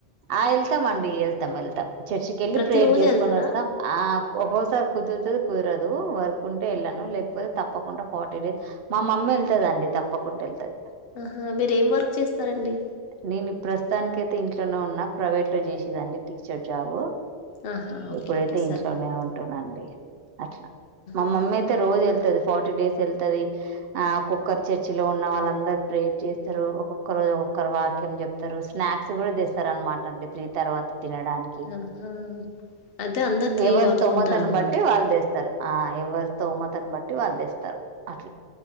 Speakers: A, on the right; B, on the left.
A: ఆ వెళ్తాం అండి వెళ్తాం వెళ్తాం చర్చికి వెళ్ళి
B: ప్రతిరోజు
A: ప్రేయర్ చేసుకొని
B: ఎళ్తారా?
A: వస్తాం ఆ ఒక్కోసారి కుదురుతుంది కుదరదు వర్క్ కు ఉంటే వెళ్ళాను లేకపోతే తప్పకుండా ఫార్టీ డేస్ మా మమ్మీ వెళ్తుదండి తప్పకుండా వెళ్తుది
B: ఆహా మీర ఏం వర్క్ చేస్తారండి
A: నేను ప్రస్తుతానిక అైతే ఇంట్లోనే ఉన్నా ప్రైవేట్ లో చేసేదండి టీచర్ జాబ
B: ఆహా! ఓకే.
A: ఇప్పుడైతే
B: ఓకే. సరే
A: ఇంట్లోనే
B: అండి.
A: ఉంటునండి అట్లా మమమ్మీ
B: ఆహ్,
A: అయితే
B: అద్
A: రోజు వెళ్తుంది ఫార్టీ డేస్ వెళ్తుది ఆ ఒక్కొక్కరు చర్చి లో ఉన్న వాళ్ళందరు ప్రేయర్ చేస్తారు ఒక్కొక్క రోజు ఒకరు వాక్యం చెప్తారు స్నాక్స్ కూడా తీస్తారు అనమాట అండి త్రీ తర్వాత తినడానికి
B: ఆహా! అయితే అందరు
A: ఏవస్తుమతను
B: వరకు ఉంటారనమాట.
A: బట్టి వాళ్ళు తెస్తారు ఆ ఎవరి స్థోమత బట్టి వాళ్ళు తెస్తారు అట్లా